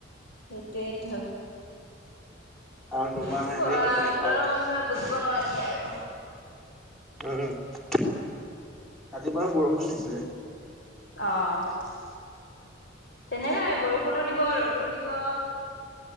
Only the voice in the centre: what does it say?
আৰু দুমাহ
এনেকে
কেনেকে পাৰ
উম কালি বাৰু বৰষুণ দিছিলে।